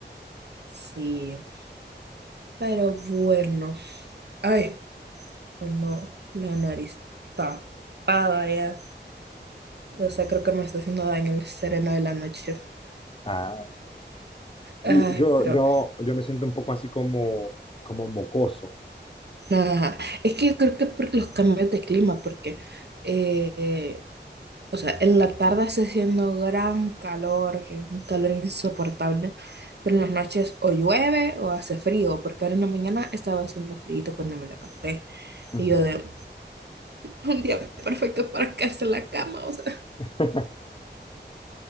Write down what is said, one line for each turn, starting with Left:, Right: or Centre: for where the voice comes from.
Right: sí. Pero bueno. Ay, no, la nariz tapada ya. O sea, creo que me está haciendo daño el sereno de la noche.
Left: Ah,
Right: Ay,
Left: Y yo,
Right: pero
Left: yo, yo me siento un poco así como, como mocoso.
Right: nada. Es que yo creo que por los cambios de clima, porque eh, O sea, en la tarde está haciendo gran calor, que es un calor insoportable, pero en las noches o llueve o hace frío, porque ahora en la mañana estaba haciendo frío cuando me levanté.
Left: ujú,
Right: Y yo de un día perfecto para quedarse en la cama, o sea.
Left: <laughs>